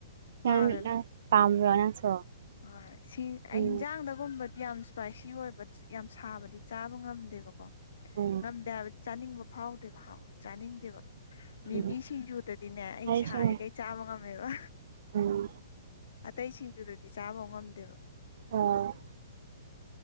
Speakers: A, on the right (about 60°); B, on the left (about 70°).
A: ꯅꯪ
B: ꯄꯥꯝꯃꯦꯕ
A: ꯅꯪ ꯄꯥꯝꯕꯔ‌ꫭ ꯅꯪꯁꯨ
B: ꯍꯣꯏ ꯁꯤ
A: ꯎꯝ
B: ꯑꯩ ꯍꯤꯟꯖꯥꯡꯗꯒꯨꯝꯕ ꯌꯥꯝ ꯁ꯭ꯄꯥꯏꯁꯤ ꯑꯣꯏꯕ ꯌꯥꯝ ꯁꯥꯕꯗꯤ ꯆꯥꯕ ꯉꯝꯗꯦꯕꯀꯣ
A: ꯎꯝ
B: ꯉꯝꯗꯦ ꯍꯥꯏ ꯆꯥꯅꯤꯡꯕ ꯐꯥꯎꯗꯦꯕ ꯍꯥꯎ ꯆꯥꯅꯤꯡꯗꯦꯕ
A: ꯎꯝ
B: ꯃꯤꯃꯤꯁꯤꯡꯖꯨꯗꯗꯤꯅꯦ ꯑꯩ
A: ꯑꯩꯁꯨꯅꯦ
B: ꯁꯥꯔꯤꯒꯩ ꯆꯥꯕ ꯉꯝꯃꯦꯕ
A: ꯎꯝ
B: ꯑꯇꯩ ꯁꯤꯡꯖꯨꯗꯗꯤ ꯆꯥꯕ ꯉꯝꯗꯦꯕ
A: ꯑꫭ